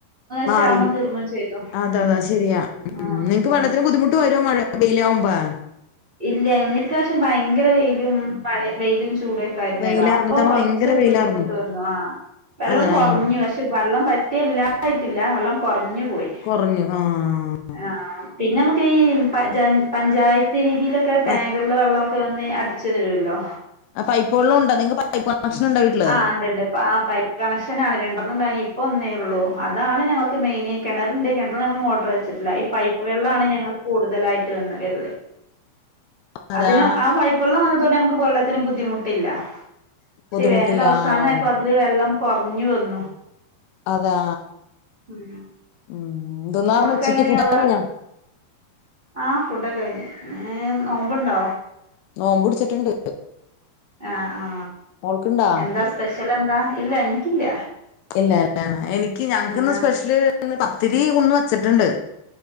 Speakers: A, on the left; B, on the right.
A: മാറി
B: ക്ഷാമം തീർന്നും ചെയ്തു
A: അതെ
B: ഉം
A: അതാ ശരിയാ ഉ
B: ആ
A: നിങ്ങക്ക്
B: ആ
A: വെള്ളത്തിന് ബുദ്ധിമുട്ട് വരുമോ മഴ വെയിലാകുമ്പോ
B: ഇല്ല ഇന്നീ ഇപ്രാവശ്യം ഭയങ്കര വെയിലും മഴയു വെയിലും ചൂട ല്ലോ
A: വെയിലാർന്നിട്ടാണ്
B: അപ്പൊ കൊറച്ചൊരു
A: ഭയങ്കര വെയിലാർന്നു.
B: ബുദ്ധിമുട്ട് വന്നു ആഹ് വെള്ളം
A: അതെ
B: കുറഞ്ഞു
A: ആഹ്
B: ക പക്ഷെ വെള്ളം പറ്റിയില്ലാതായിട്ടില്ല വെള്ളം കുറഞ്ഞു പോയി
A: കുറഞ്ഞു ആഹ്
B: ആഹ് പിന്നെ നമുക്ക് ഈ പഞ്ചായത്ത് രീതിയിലൊക്കെ
A: പ
B: ടാങ്ക് ഉള്ള വെള്ളമൊക്കെ വന്ന് അടിച്ചു തരുമല്ലോ
A: ആഹ് പൈപ്പ് വെള്ളോം ഉണ്ട് നി പൈപ്പ് കണക്ഷൻ ഉണ്ടോ വീട്ടിൽ
B: ആഹ് ഉണ്ടിണ്ട് ആഹ് പൈ കണക്ഷൻ ആണ് രണ്ടെണ്ണംണ്ടായിനി ഇപ്പൊ ഒന്നേ ഉള്ളൂ അതാണ് ഞങ്ങക്ക് മെയിൻ കിണറുണ്ട് കിണറി ഞങ്ങൾ മോട്ടർ വെച്ചിട്ടില്ല പൈപ്പ് വെള്ളാണ് ഞങ്ങൾ കൂടുതലായിട്ട് വന്ന വരൽ
A: അതാ
B: അതിന് ആ പൈപ്പുവെള്ളം വന്നതുകൊണ്ട് നമുക്ക് വെള്ളത്തിന് ബുദ്ധിമുട്ടില്ല പക്ഷെ
A: ബുദ്ധിമുട്ടില്ല
B: വേനൽ അവസാനംയപ്പൊ
A: ആവും
B: അതില് വെള്ളം കുറഞ്ഞു വന്നു
A: അതാ
B: ഉം
A: ഉ എന്തെന്നായിരുന്നു
B: നിങ്ങൾക്ക്
A: ഉച്ചിക്ക്
B: എങ്ങനെയുള്ള
A: ഫുഡ് ഒക്കെ കഴിഞ്ഞോ
B: ആ ഫുടൊക്കെ കഴിഞ്ഞു ഏ നോമ്പ്ണ്ടൊ
A: നോമ്പ് പിടിച്ചിട്ടണ്ട്
B: ആഹ് ആ
A: മോൾക്ക്ണ്ടാ?
B: എന്താ സ്പെഷ്യൽ എന്താ ഇല്ല എനിക്കില്ല
A: ഇല്ലല്ലേ എനിക്ക് ഞങ്ങക്ക്
B: ആഹ്
A: ഇന്ന് സ്പെഷ്യല് പത്തിരി ഒന്ന് വെച്ചട്ട്ണ്ട്